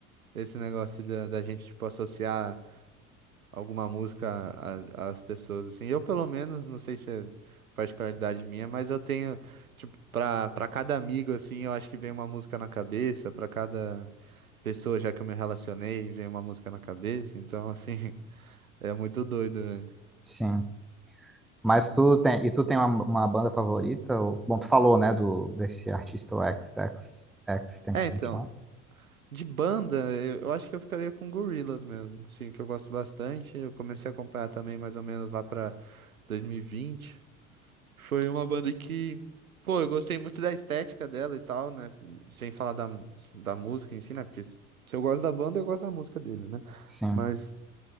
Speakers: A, on the right; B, in the centre.
A: esse negócio da, da gente, tipo, associar alguma música a- às pessoas, assim. Eu, pelo menos, não sei se é particularidade minha, mas eu tenho, tipo, pra, pra cada amigo, assim, eu acho que vem uma música na cabeça, pra cada pessoa já que eu me relacionei, vem uma música na cabeça, então, assim... <laughs> É muito doido, velho.
B: sim. Mas tu tem e tu tem uma, uma banda favorita? Ou- Bom, tu falou, né? Do desse artista o X X XXX Tentacion.
A: É, então, de banda, eu, eu acho que eu ficaria com Gorillaz mesmo, assim, que eu gosto bastante. Eu comecei a acompanhar também mais ou menos lá pra 2020. Foi uma banda que, pô, eu gostei muito da estética dela e tal, né? Sem falar da, da música em si, né? Porque se eu gosto da banda, eu gosto da música deles, né?
B: Sim.
A: Mas